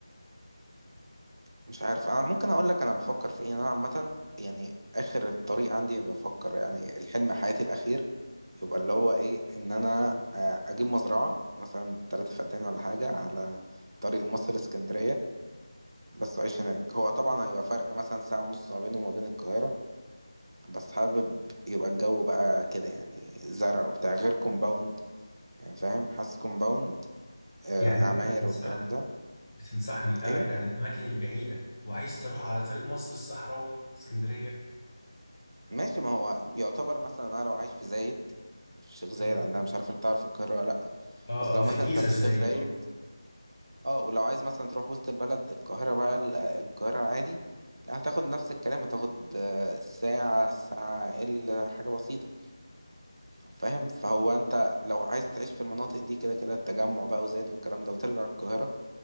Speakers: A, on the right; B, on the left.
A: مش عارف انا ممكن اقول لك انا بفكر في ايه انا عامه يعني اخر الطريق عندي بفكر يعني الحلم حياتي الاخير يبقى اللي هو ايه ان انا آه، اجيب مزرعه مثلا ثلاثة فدان ولا حاجه على طريق مصر اسكندريه بس اعيش هناك هو طبعا هيبقى فرق مثلا ساعه ونص ما بينه وما بين القاهره بس حابب يبقى الجو بقى كده يعني زرع وبتاع غير كومباوند يعني فاهم حاسس كومباوند آه،
B: يعني
A: عماير
B: انت بتنصحني
A: والكلام ده
B: بتنصحني ابعد
A: ايه
B: عن الاماكن البعيدة وعايز تروح على طريق مصر الصحراوي اسكندرية
A: ماشي ما هو يعتبر مثلا انا لو عايش في زايد في الشيخ زايد
B: امم
A: عندنا مش عارف انت تعرف القاهرة ولا لا
B: اه
A: بس لو
B: اه في
A: مثلا
B: الجيزة
A: انت في
B: الزايد
A: الشيخ زايد
B: اه
A: اه ولو عايز مثلا تروح وسط البلد القاهرة بقى ال- القاهرة عادي لا هتاخد نفس الكلام هتاخد آه، ساعة ساعة إلا حاجة بسيطة فاهم فهو انت لو عايز تعيش في المناطق دي كده كده التجمع بقى وزايد والكلام ده وترجع القاهرة